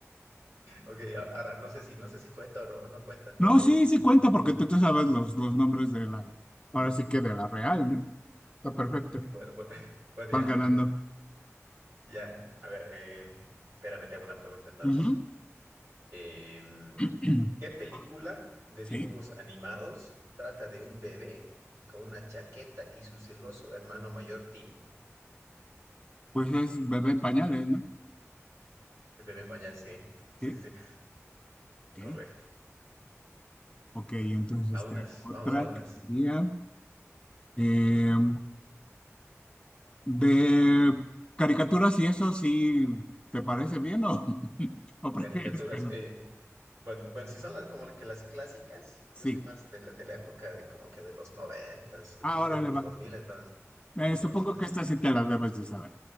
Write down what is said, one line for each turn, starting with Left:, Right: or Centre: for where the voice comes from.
Right: Ok, ahora no sé si, no sé si cuenta o no, o no cuenta entonces.
Left: No, sí, sí cuenta porque tú, tú sabes los, los nombres de la, ahora sí que de la real, ¿no? Está perfecto.
Right: Bueno, bueno, <laughs> bueno,
Left: Vas
Right: ya.
Left: ganando.
Right: Ya, a ver, eh, espérame, te hago una pregunta entonces.
Left: Ujú.
Right: Em,
Left: <clears throat>
Right: ¿qué película de
Left: Sí,
Right: dibujos animados trata de un bebé con una chaqueta y su celoso hermano mayor Timmy?
Left: pues es bebé en pañales, ¿no?
Right: El bebé Pañal, sí, sí,
Left: Sí,
Right: sí, sí,
Left: ok.
Right: correcto.
Left: Ok, entonces
Right: A unas,
Left: tengo otra
Right: vamos a unas.
Left: que sería, em, De caricaturas y eso sí, ¿te parece bien o, <laughs> o prefieres
Right: Caricaturas.
Left: que no?
Right: eh, bueno, bueno, si son las, como que las clásicas, yo
Left: Sí,
Right: soy más de la, de la época de como que de los noventas, principios
Left: ahora
Right: de
Left: le
Right: los
Left: va.
Right: 2000, entonces, entonces,
Left: Eh, supongo que esta sí te la debes de saber.